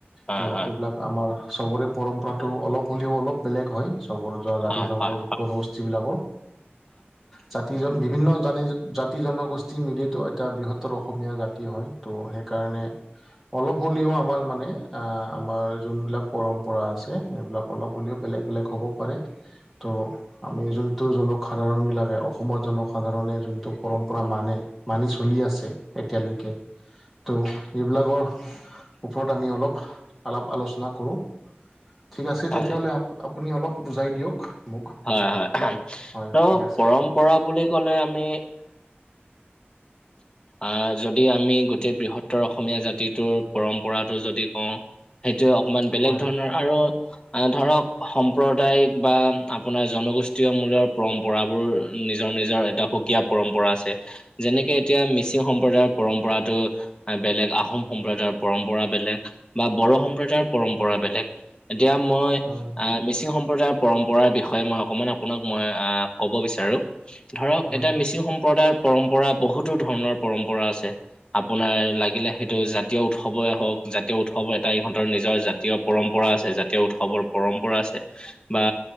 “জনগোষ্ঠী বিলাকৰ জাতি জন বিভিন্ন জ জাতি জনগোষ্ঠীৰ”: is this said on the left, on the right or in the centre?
Centre